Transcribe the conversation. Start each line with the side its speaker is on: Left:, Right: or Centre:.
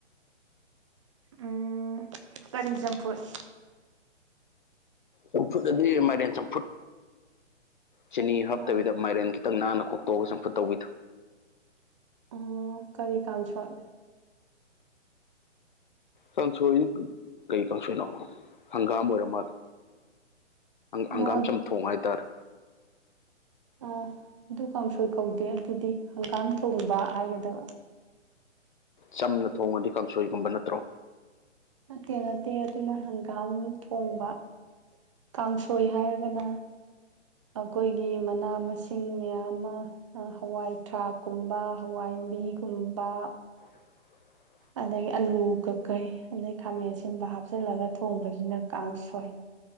Right: ꯎꯝ ꯀꯝꯖꯝꯄꯨꯔ
Left: ꯆꯝꯐꯨꯠ ꯑꯗꯨꯗꯤ ꯃꯥꯏꯔꯦꯟ ꯆꯝꯐꯨꯠ ꯆꯤꯅꯤ
Right: ꯑꯣ
Left: ꯍꯥꯞꯇꯕꯤꯗ
Right: ꯃꯥꯏ
Left: ꯃꯥꯏꯔꯦꯟ ꯈꯤꯇꯪ ꯅꯥꯟꯅ ꯀꯣꯛꯇꯣꯛꯑꯒ ꯆꯐꯠ ꯇꯧꯕꯤꯗꯣ
Right: ꯑꯣ ꯀꯔꯤ ꯀꯥꯡꯥ ꯁꯣꯠ
Left: ꯀꯪꯁꯣꯏ ꯀꯩ ꯀꯥꯡꯪꯁꯣꯏꯅꯣ ꯍꯪꯒꯥꯝ ꯑꯣꯏꯔꯝ ꯃꯥꯔ ꯍꯪꯒꯥꯝ
Right: ꯅꯣꯟ
Left: ꯆꯝꯊꯣꯡ ꯍꯥꯏꯇꯥꯔꯦ
Right: ꯑꯣ ꯑꯗꯨ ꯀꯥꯡꯁꯣꯏ ꯀꯧꯗꯦ ꯑꯗꯨꯗꯤ ꯍꯪꯒꯥꯝ ꯊꯣꯡꯕ ꯍꯥꯏꯒꯗꯕ
Left: ꯆꯝꯅ ꯊꯣꯡꯉꯗꯤ ꯀꯥꯡꯁꯣꯏꯒꯨꯝꯕ ꯅꯠꯇ꯭ꯔꯣ
Right: ꯅꯠꯇꯦ ꯅꯠꯇꯦ ꯑꯗꯨꯅ ꯍꯪꯒꯥꯝ ꯊꯣꯡꯕ ꯀꯥꯡꯁꯣꯏ ꯍꯥꯏꯔꯒꯅ ꯑꯩꯈꯣꯏꯒꯤ ꯃꯅꯥ ꯃꯁꯤꯡ ꯃꯌꯥꯝ ꯑꯃ ꯍꯋꯥꯏ ꯊꯔꯥꯛꯀꯨꯝꯕ ꯍꯋꯥꯏ ꯄꯥꯕꯤꯒꯨꯝꯕ
Left: <unintelligible>
Right: ꯑꯗꯒꯤ ꯑꯥꯂꯨ ꯀꯀꯩ ꯑꯗꯩ ꯈꯥꯃꯦꯟ ꯑꯁꯤꯕ ꯍꯥꯞꯆꯤꯜꯂꯒ ꯊꯣꯡꯕꯁꯤꯅ ꯀꯥꯡ ꯁꯣꯏ